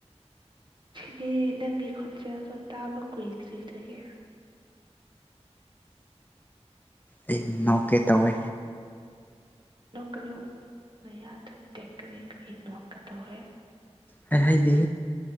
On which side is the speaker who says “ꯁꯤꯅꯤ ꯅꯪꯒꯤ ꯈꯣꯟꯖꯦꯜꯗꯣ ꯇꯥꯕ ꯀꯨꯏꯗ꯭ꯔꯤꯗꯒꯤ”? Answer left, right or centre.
Right